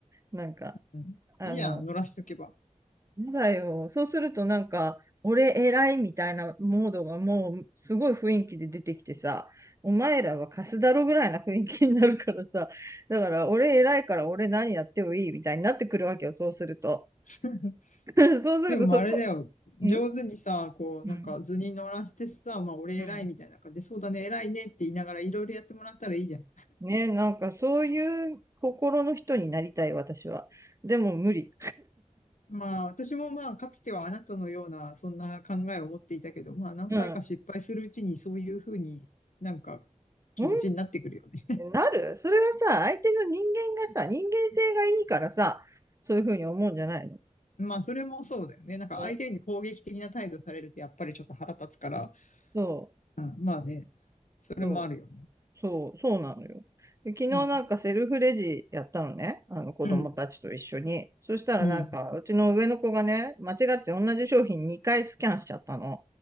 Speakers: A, on the right (about 25°); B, on the left (about 70°).
A: なんか、
B: うん。
A: あの、
B: いいやん、乗らしとけば。
A: やだよ。そうするとなんか、俺偉いみたいなモードがもうすごい雰囲気で出てきてさ、お前らはカスだろぐらいな雰囲気になるからさ、だから俺偉いから俺何やってもいいみたいになってくるわけよ、そうすると。
B: <laughs>
A: <laughs> そうするとそこ、
B: でもあれだよ。上手にさ、
A: ん
B: こう、
A: うん、
B: なんか図に乗らしてさ、まあ俺偉いみたいな感じで、
A: うん。
B: そうだね、偉いねって言いながらいろいろやってもらったらいいじゃん。
A: ねえ、なんかそういう心の人になりたい、私は。でも無理。
B: まあ私もまあかつてはあなたのようなそんな考えを持っていたけど、まあ何回か失敗するうちにそういうふうになんか
A: <laughs> うん。
B: 気持ちになってくるよね。
A: 本当なるそれはさ、相手の人間がさ、人間性がいいからさ、そういうふうに思うんじゃないの
B: まあ、それもそうだよね。なんか相手に攻撃的な態度されるとやっぱりちょっと腹立つから、
A: ねそ
B: うん、まあね、それもあるよね。
A: う、そう、そう、そうなのよ。で昨日なんかセルフレジやったのね。
B: うん、
A: あの子供たちと一緒に。
B: うん、
A: そしたらなんか、
B: うん、
A: うちの上の子がね、間違って同じ商品2回スキャンしちゃったの。